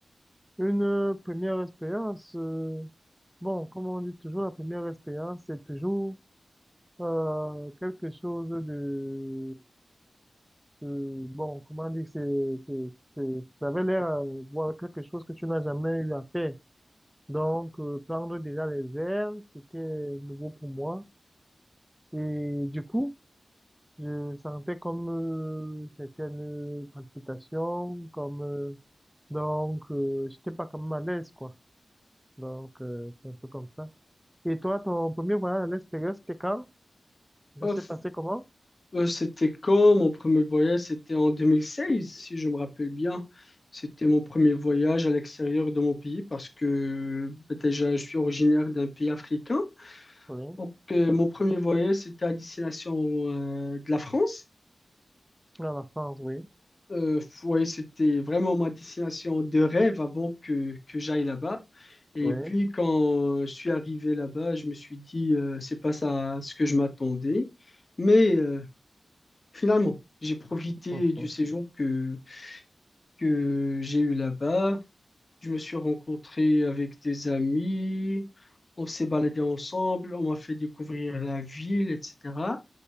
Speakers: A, in the centre; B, on the left (about 35°).
A: Une première expérience, euh, bon, comme on dit toujours, la première expérience, c'est toujours euh, quelque chose de, Euh, bon, comment dire, c'est, c'est, c'est- ça avait l'air euh, voilà, quelque chose que tu n'as jamais eu à faire. Donc, euh, prendre déjà les airs, c'était nouveau pour moi. Et du coup, je sentais comme euh, certaines palpitations, comme euh, donc, euh, j'étais pas comme à l'aise, quoi. Donc, euh, c'est un peu comme ça. Et toi, ton premier voyage à l'extérieur, c'était quand? Ça
B: Oh,
A: s'est
B: f-
A: passé comment?
B: euh, c'était quand mon premier voyage? C'était en 2016, si je me rappelle bien. C'était mon premier voyage à l'extérieur de mon pays parce que bah, déjà, je suis originaire d'un pays africain.
A: Oui,
B: Donc, euh, mon premier voyage, c'était à destination euh, de la France.
A: à la France, oui,
B: Euh, ouais, c'était vraiment ma destination de rêve avant que, que j'aille là-bas. Et
A: oui,
B: puis quand je suis arrivé là-bas, je me suis dit, euh, c'est pas ça ce que je m'attendais. Mais euh, finalement, j'ai profité
A: <laughs>
B: du séjour que, que j'ai eu là-bas. Je me suis rencontré avec des amis, on s'est baladé ensemble, on m'a fait découvrir la ville, etc.